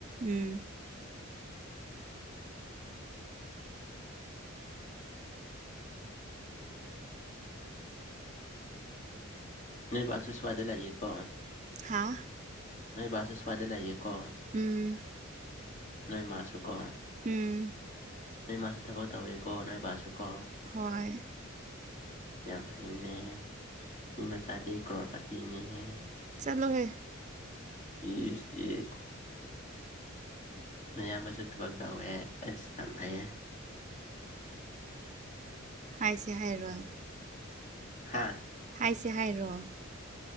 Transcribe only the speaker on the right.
ꯎꯝ
ꯍꯥ
ꯎꯝ
ꯎꯝ
ꯍꯣꯏ
ꯆꯂꯣꯍꯦ
ꯍꯥꯏꯁꯦ ꯍꯥꯏꯔꯣ
ꯍꯥꯏꯁꯦ ꯍꯥꯏꯔꯣ